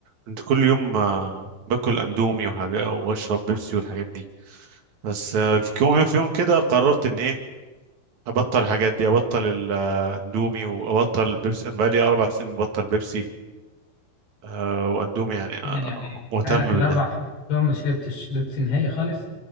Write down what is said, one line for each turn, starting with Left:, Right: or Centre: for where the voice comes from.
Right: كنت كل يوم آه، باكل أندومي وحاجة وأشرب بيبسي والحاجات دي بس آه، في يوم في يوم كده قررت إن إيه أبطل الحاجات دي أبطل الأندومي وأبطل البيبسي أنا بقالي أربع سنين ببطل بيبسي آه واندومي يعني
Left: إذا
Right: آه
Left: يعني
Right: مهتم
Left: بقالك الأربع
Right: بيها
Left: سنين يوم ما شربتش بيبسي نهائي خالص